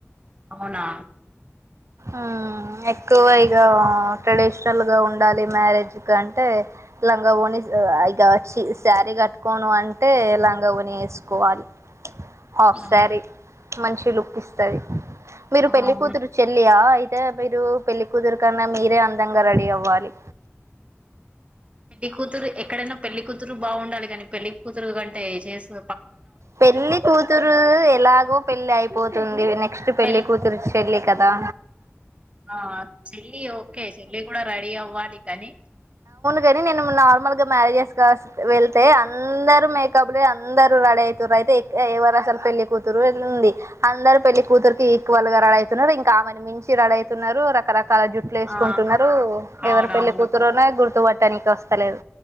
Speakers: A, on the right; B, on the right.
A: అవునా?
B: ఉమ్ ఎక్కువ ఇగ ట్రెడిషనల్ గా ఉండాలి మ్యారేజ్ కంటే లంగా ఓణీస్ ఇగ చ్చీ వచ్చి శారీ కట్టుకోను అంటే లంగా ఒనీ వేసుకోవాలి. హాఫ్
A: ఆ
B: సారీ మంచి లుక్ ఇస్తాది. మీరు
A: ఆ
B: పెళ్ళి
A: అవును
B: కూతురు పెళ్లియా అయితే మీరు పెళ్లికూతురు కన్నా మీరే అందంగా రెడీ అవ్వాలి.
A: పెళ్లి కూతురు ఎక్కడైనా పెళ్లి కూతురు బాగుండాలి కానీ పెళ్లి కూతురు కంటే చేస్సు
B: పెళ్లి కూతురు ఎలాగో పెళ్లి అయిపోతుంది నెక్స్ట్ పెళ్లి
A: పెళ్
B: కూతురు పెళ్ళి కదా
A: ఆ చెల్లి ఓకే చెల్లి కూడా రెడీ అవ్వాలి కాని
B: కానీ నేను నార్మల్ గా మ్యారేజెస్ వెళ్తే అందరు మేకప్ లే అందరు రెడీ ఐతుర్రు అయితే ఎవరు అసలు పెళ్లి కూతురు ఎల్లుంది అందరు పెళ్లి కూతురుకి ఈక్వల్ గా రెడీ అయితున్నరు ఇంక ఆమెను మించి రెడీ అయితున్నారు రకరక కలా జుట్లు వేసుకుంటున్నారు
A: ఆ అవునవును
B: ఎవరు పెళ్ళి కూతురనో గుర్తు పట్టనికి వస్తలేదు